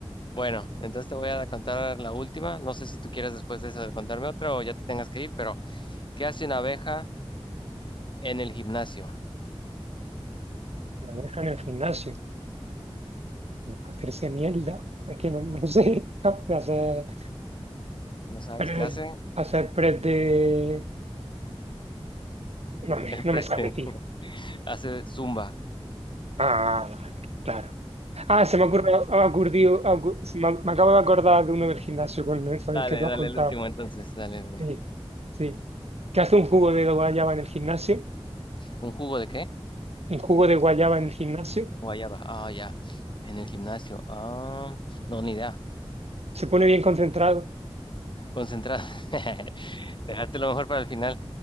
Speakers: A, on the left; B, on the right.
A: Bueno, entonces te voy a contar la última. No sé si tú quieres después de eso contarme otra o ya te tengas que ir, pero ¿qué hace una abeja en el gimnasio?
B: La abeja en el gimnasio, hacerse mierda, es que no, no sé, <laughs> de hacer
A: ¿No sabes
B: press,
A: qué hace?
B: hacer press de... No, me-
A: El
B: no
A: preste.
B: me sale, tío.
A: <laughs> Hace zumba.
B: Ah, vale, claro. Ah, se me ha ocurrido, ha ocurrido- ha ocu- se me, me acabo de acordar de uno del gimnasio con el, con
A: Dale,
B: el que tú
A: dale,
B: has contado.
A: el último entonces. Dale, dale.
B: Sí, sí. Que hace un jugo de guayaba en el gimnasio,
A: ¿Un jugo de qué?
B: un jugo de guayaba en el gimnasio,
A: Guayaba. Ah, ya. En el gimnasio. Ah, no, ni idea.
B: se pone bien concentrado.
A: Concentrado. <laughs> Dejaste lo mejor para el final.